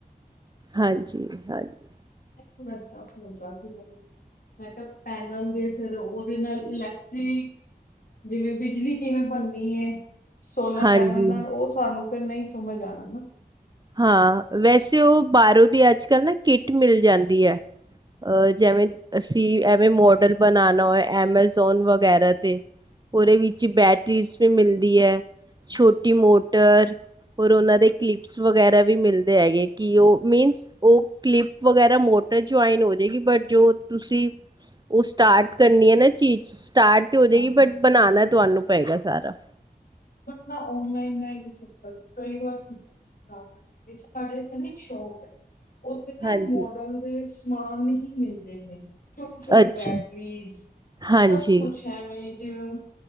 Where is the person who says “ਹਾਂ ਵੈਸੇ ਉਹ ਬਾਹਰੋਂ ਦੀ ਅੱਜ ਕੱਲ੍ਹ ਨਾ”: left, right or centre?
Right